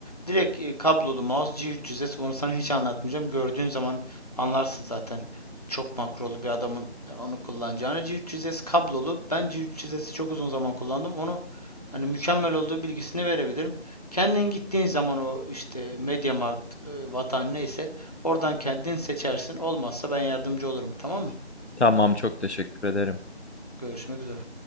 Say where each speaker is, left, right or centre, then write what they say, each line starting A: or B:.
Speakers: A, on the left; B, on the left.
A: direkt e, kablolu mouse G300S onu sana hiç anlatmayacağım. Gördüğün zaman anlarsın zaten çok makrolu bir adamın e, onu kullanacağını. G300S kablolu. Ben G300S'i çok uzun zaman kullandım. Onu hani mükemmel olduğu bilgisini verebilirim. Kendin gittiğin zaman o işte MediaMarkt, e, Vatan neyse Oradan kendin seçersin. Olmazsa ben yardımcı olurum. Tamam mı?
B: Tamam, çok teşekkür ederim.
A: Görüşmek üzere.